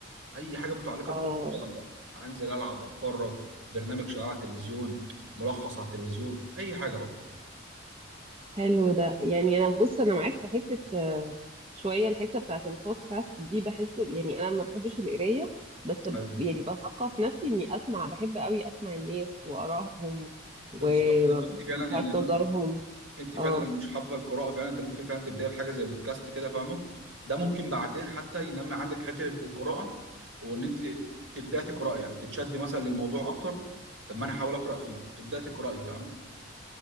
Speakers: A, on the right; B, on the right.
A: أي حاجة متعلقة
B: اه
A: بكرة القدم بقى أنزل ألعب أتفرج برنامج شغال على التلفزيون ملخص على التلفزيون أي حاجة بقى
B: حلو ده يعني انا بص انا معاك في حته آه، شويه الحته بتاعت البودكاست دي بحس يعني انا ما بحبش القرايه بس ب-
A: أيوة.
B: يعني بثقف نفسي اني اسمع بحب قوي اسمع الناس وارائهم
A: بالظبط
B: و-
A: وقتي
B: ووجهات
A: فعلا يعني
B: نظرهم
A: انت فعلا
B: اه
A: لو مش حابه القراءه فعلا انت ممكن فعلا تبداي بحاجه زي بودكاست كده فاهمه ده ممكن بعدين حتى ينمي عندك حته القراءه وان انت تبداي تقراي يعني تتشدي مثلا للموضوع اكتر طب ما انا احاول اقرا فيه تبداي تقراي فاهمه